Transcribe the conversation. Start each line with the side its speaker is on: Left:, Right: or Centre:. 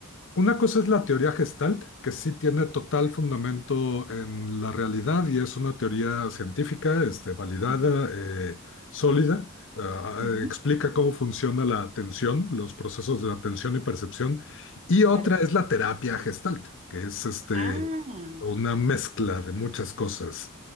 Left: Una cosa es la teoría Gestalt, que sí tiene total fundamento en la realidad y es una teoría científica, este, validada,
Right: Ujú,
Left: eh, sólida. Ah,
Right: ujú,
Left: eh, explica cómo funciona la atención, los procesos de atención y percepción. Y otra
Right: Claro.
Left: es la terapia Gestalt, que es este,
Right: Ah,
Left: una mezcla de muchas cosas